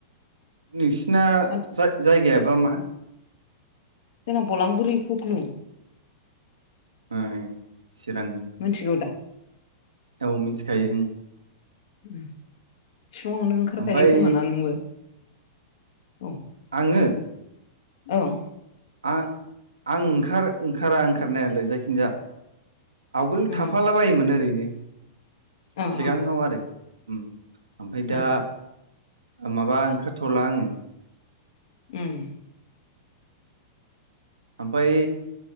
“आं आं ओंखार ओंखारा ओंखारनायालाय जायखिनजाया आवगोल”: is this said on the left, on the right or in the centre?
Right